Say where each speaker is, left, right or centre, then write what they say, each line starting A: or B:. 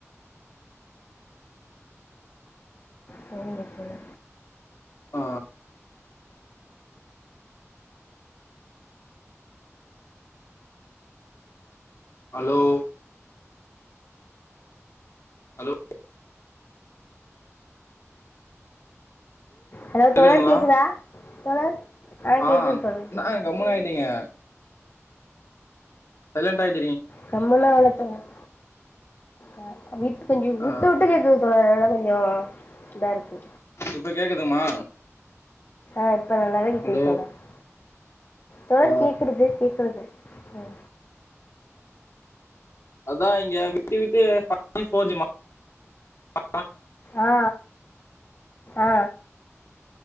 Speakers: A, on the left; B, on the left.
A: செரிங்க தோழா
B: ஆ அலோ ஹலோ
A: ஹலோ
B: கேக்குதுங்களா
A: தோழர் கேக்குதா தோழர்
B: ஆ
A: கேக்குது
B: என்ன
A: தோழர் கேக்குது
B: கம்முனு ஆயிட்டீங்க சைலண்ட் ஆயிட்
A: கம்முனுல்லா இல்ல தோழர் ஆ ஆ விட் கொஞ்சோ விட்டு
B: ஆ
A: விட்டு கேக்குது தோழரே அதனா ல கொஞ்சோ இதா இருக்கு
B: இப்ப கேக்குதுமா
A: ஆட் இப்ப நல்லாவே கேக்குது
B: ஹலோ
A: <unintelligible> தேழ்
B: ஆ
A: கேக்குது போ கேக்குது போ ஹ
B: அதா இங்க விட்டு விட்டு பக்க ஃபோர்ஜி மா <unintelligible>
A: ஆ ஆ